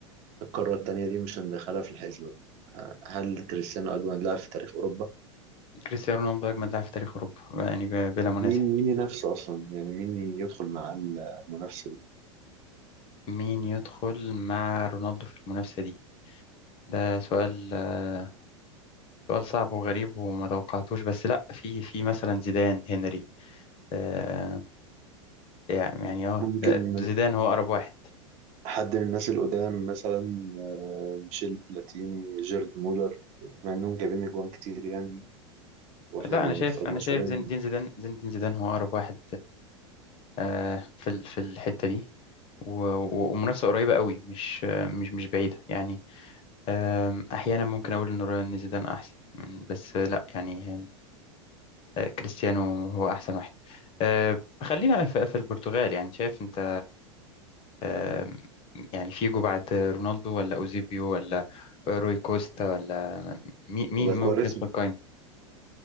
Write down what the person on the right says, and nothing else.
القارة التانية دي مش هندخلها في الحسبة هل كريستيانو أجمد لاعب في تاريخ أوروبا؟
مين مين ينافسه أصلا يعني مين يدخل مع المنافسة دي
ممكن
حد من الناس القدام مثلا آه، ميشيل بلاتيني جيرد مولر مع إنهم جايبين أجوان كتير يعني وإحنا
ما
اتفرجناش
عليهم
ولا
كواريزما